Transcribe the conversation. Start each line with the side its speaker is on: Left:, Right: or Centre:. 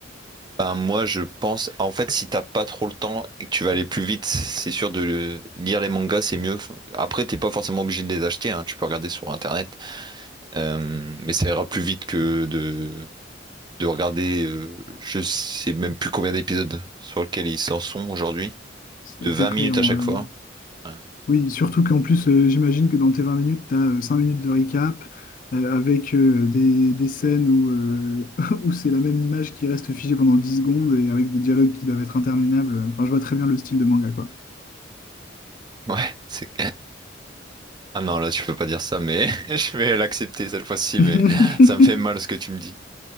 Right: Ben, moi, je pense, en fait, si t'as pas trop le temps et que tu vas aller plus vite, c'est sûr de lire les mangas, c'est mieux. Après, t'es pas forcément obligé de les acheter, hein, tu peux regarder sur Internet, euh, mais ça ira plus vite que de, de regarder, euh, je sais même plus combien d'épisodes sur lesquels ils s'en sont aujourd'hui,
Left: Ça
Right: de
Left: va
Right: 20
Left: être effrayant.
Right: minutes à chaque
Left: euh.
Right: fois. hein.
Left: Oui, surtout qu'en plus, euh, j'imagine que dans tes 20 minutes, tu as 5 minutes de recap euh, avec euh, des, des scènes où, euh, <laughs> où c'est la même image qui reste figée pendant 10 secondes et avec des dialogues qui doivent être interminables. Enfin, je vois très bien le style de manga, quoi.
Right: Ouais, c'est... Ah non, là, tu peux pas dire ça, mais <laughs> je vais l'accepter cette fois-ci,
Left: <laughs>
Right: mais ça me fait mal ce que tu me dis.